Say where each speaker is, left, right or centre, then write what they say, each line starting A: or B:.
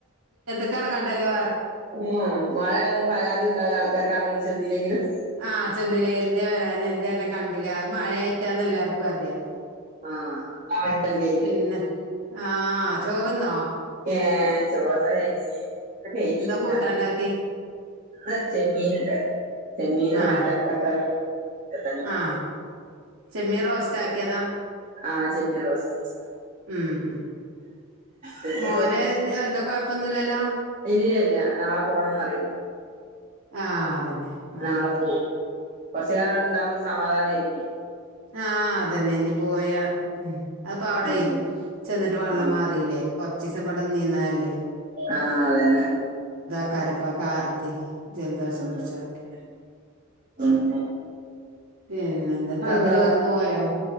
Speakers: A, on the right (about 80°); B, on the right (about 40°).
A: ക്കറ കട്ടല്ലോ
B: ആ മഴ ആയത്കൊണ്ട് പരാതി ഉണ്ടാവില്ല ആൾക്കാർക്കാണ്ടുങ്ങട്ടും ചെന്നില്ലെങ്കിലും.
A: ആഹ് ചെന്നില്ലേ എന്തേ വരാഞ്ഞെ എന്തെ അന്നെ കണ്ടില്ല അ മഴയായിട്ടാന്ന് എല്ലാർക്കും അറിയാം.
B: ആ ആൾട്ടെന്ത് ചെയ്യും
A: പിന്നെ ആ ചോറ്ന്നോ
B: ഏ ചോർന്നല് കഴിഞ്ഞ് ഒക്കെ കഴിഞ്ഞിരിക്കാണ്
A: എന്താ കൂട്ടാണ്ടാക്കി
B: ആ ചെമ്മീൻ ഉണ്ടായിരുന്നു ചെമ്മീനോ
A: ആ
B: വെണ്ടക്ക കറിയും ഒക്കെ തന്നെ
A: ആ ചെമ്മീൻറോസ്റ്റ് ആക്കിയതാ
B: ആഹ് ചെമ്മീൻ റോസ്റ്റ് വെച്ചതാ
A: ഉം
B: ചെമ്മീൻ
A: മോന്
B: റോസ്റ്റ്
A: ത് എന്താ കൊഴപ്പൊന്നുല്ലല്ലോ.
B: ഇല്ല ഇല്ല നാളെ പോണംന്ന് പറീണ്ട്
A: ആ അതന്നെ മാറി
B: നാളെ
A: കിട്ടട്ടെ
B: പോവും കൊറ്ച്ച് കാലംവ്ടണ്ടാവുമ്പം ഒരു സമാധാനേയിര്ന്നേ
A: ആ അതന്നെ ഇനി പോയാ മ് അത്പ്പോ അവിടെയ്
B: ഉം
A: ചെന്നിട്ട് വെള്ളം
B: ഉം
A: മാറില്ലേ കൊറ്ച്ചീസം ഇവിടെ ന്നീന്നെല്ലേ
B: ആ അതന്നെ
A: കരപ്പ കാ തെയ് ജലദോഷം
B: ഉം
A: പിടിച്ചൊക്കെ
B: പിന്നെ
A: പിന്നെ എന്ത്ക്കാക്ക
B: അള്ളാ
A: ചോറന്ന് പോയോ